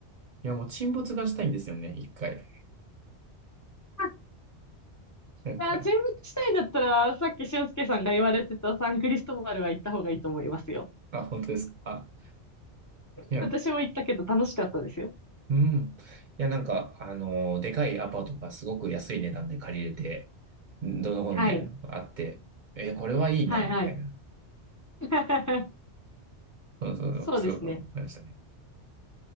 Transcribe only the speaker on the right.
いや、もう沈没がしたいんですよね、一回。
なんか、
あ、本当ですか。いや、
うん。いや、なんか、あの、でかいアパートがすごく安い値段で借りれて、どうのこうのみたいなのがあって、
え、これはいいな、
みたいな。
そうそうそう、
すごく思いましたね。